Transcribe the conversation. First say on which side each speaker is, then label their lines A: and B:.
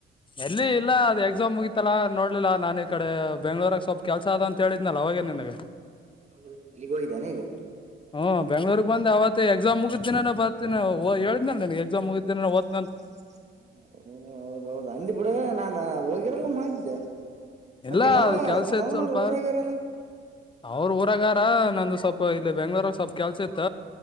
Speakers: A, on the left; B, on the right.
A: ಎಲ್ಲಿ ಇಲ್ಲ ಅದು ಎಕ್ಸಾಮ್ ಮುಗಿತಲ್ಲಾ ನೋಡ್ಲಿಲ್ಲಾ ನಾನ ಈ ಕಡೆ ಬೆಂಗಳೂರಾಗ್ ಸ್ವಲ್ಪ್ ಕೆಲ್ಸ ಅದ ಅಂತ ಹೇಳಿದ್ನಲ್ಲ ಅವ <unintelligible>
B: <unintelligible> ಇಲ್ಲಿಗ್ ಹೋಗಿದ್ದಾನೆ ಈಗ
A: ಹ್ಮ್ ಬೆಂಗಳೂರಗ್ ಬಂದ ಅವತ್ತೆ ಎಕ್ಸಾಮ್ ಮುಗಿದ್ದ ದಿನಾನೇ ಬರ್ತಿನ <unintelligible> ಹೇಳ್ದನಲ್ಲ ನಿನ್ಗ್ ಎಕ್ಸಾಮ್ ಮುಗಿದ್ದ್ ದಿನನೇ ಓದ್ <unintelligible>
B: <unintelligible> ಹೌದೌದು ಅಂದ ಬಿುಡ ನಾನ್ ಹೋಗಿರಲ್ಲ ಮಾಡಿದ್ದೆ <unintelligible>
A: ಇಲ್ಲ
B: ಮತ್ ನಿಮ್ಮವ
A: ಕೆಲ್ಸ
B: ನಿಮ್ಮ
A: ಇತ್
B: ಅವನವ್ರು
A: ಸ್ವಲ್ಪ
B: ಊರಾಗ್ಯಾರಲ್ಲ
A: ಅವ್ರ ಊರಗಾರ ನಂದು <unintelligible> <unintelligible> ಇಲ್ಲಿ ಬೆಂಗ್ಳೂರಾಗ ಸ್ವಲ್ಪ ಕೆಲ್ಸ ಇತ್ತ.